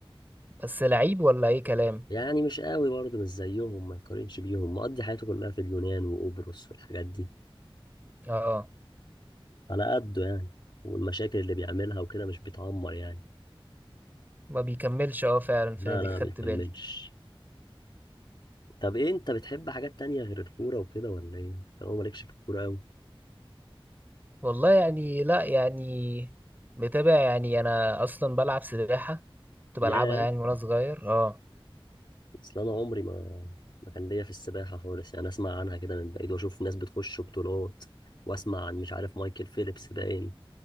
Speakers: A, on the right; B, on the left.
A: بس لعيب ولا اي كلام
B: يعني مش قوي برضه مش زيهم ما يقارنش بيهم مقضي حياته كلها في اليونان وقبرص والحاجات دي
A: اه آه.
B: على قده يعني والمشاكل اللي بيعملها وكده مش بيتعمر يعني
A: ما بيكملش اه فعلا في
B: لا
A: نادي
B: لا ما
A: خدت
B: بيكملش
A: بالي
B: طب ايه انت بتحب حاجات تانية غير الكورة وكده ولا ايه؟ طالما مالكش في الكورة أوي
A: والله يعني لا يعني متابع يعني انا اصلا بلعب سباحة كنت بلعبها
B: ياه
A: يعني وانا صغير اه
B: اصل انا عمري ما ما كان ليا في السباحة خالص يعني اسمع عنها كده من بعيد واشوف ناس بتخش بطولات واسمع عن مش عارف مايكل فيليبس باين